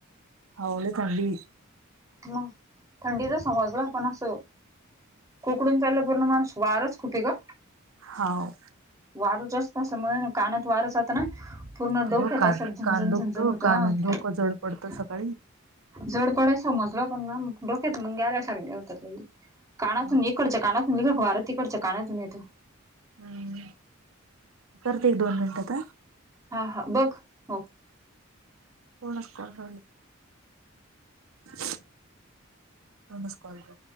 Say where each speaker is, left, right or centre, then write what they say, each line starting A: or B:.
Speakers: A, on the right (about 85°); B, on the right (about 15°).
A: हो लई थंडी
B: म थंडीच समजल, पण अस कोकडून चाललं, पुर्ण माणूस, वारच खूप ये गं.
A: हाव.
B: वारं जास्त असल्यामुळ ना, कानात वारं जात ना पूर्ण डोक्यात
A: अगं कान
B: अस, झण-झण-झण-झण
A: कान दुखतो
B: होतं,
A: कान आणि
B: अ
A: डोकं जड पडतं सकाळी.
B: जड पडाय समजलं, पण ना डोक्यात मुंग्या आल्यासारख्या होतात लगेच, कानातून
A: हाव.
B: एक इकडच्या कानातुन गेलं का वार, तिकडच्या कानातून येतो
A: हम्, करते ये दोन मिनटातं हं.
B: हा हा, बघ, हो.
A: कों असतं घरी? म्हणूनच कॉल के